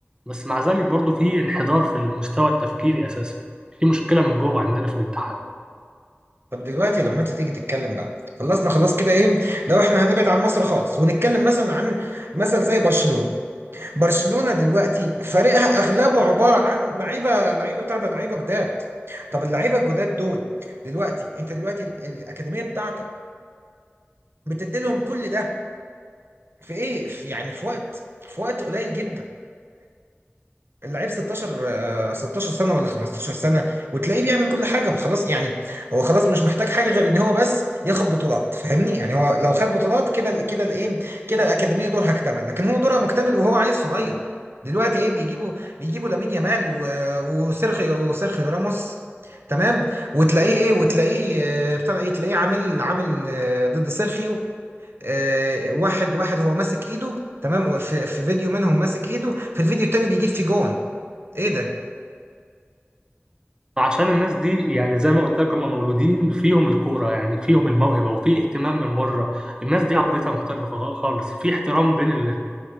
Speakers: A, on the right; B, on the right.
A: بس مع ذلك برضو في انحدار في المستوى التفكيري اساسا في مشكله من جوه عندنا في الاتحاد
B: طب دلوقتي لما انت تيجي تتكلم بقى خلصنا خلاص كده ايه لو احنا هنبعد عن مصر خالص ونتكلم مثلا عن مثل زي برشلونة برشلونة دلوقتي فريقها اغلبه عبارة عن لعيبة لعيبة بتاع ده لعيبة جداد طب اللعيبة الجداد دول دلوقتي انت دلوقتي ال- الأكاديمية بتاعتك بتدي لهم كل ده في ايه في يعني في وقت في وقت قليل جدا اللعيب 16 آه، 16 سنة ولا 15 سنة وتلاقيه بيعمل كل حاجة خلاص يعني هو خلاص مش محتاج حاجة غير ان هو بس ياخد بطولات فاهمني يعني هو لو خد بطولات كده كده الايه كده الأكاديمية دورها اكتمل لكن هو دورها مكتمل وهو عيل صغير دلوقتي ايه بيجيبوا بيجيبوا لامين يامال و- وسيرخيو وسيرخيو راموس تمام وتلاقيه ايه وتلاقيه آه، بتاع ايه تلاقيه عامل عامل آه، ضد سيرخيو آه، واحد واحد هو ماسك ايده تمام في في فيديو منهم ماسك ايده في الفيديو التاني بيجيب في جون ايه ده
A: عشان الناس دي يعني زي ما قلت لك هم مولودين فيهم الكوره يعني فيهم الموهبه وفي اهتمام من بره الناس دي عقليتها مختلفه فخ- خالص في احترام بين ال-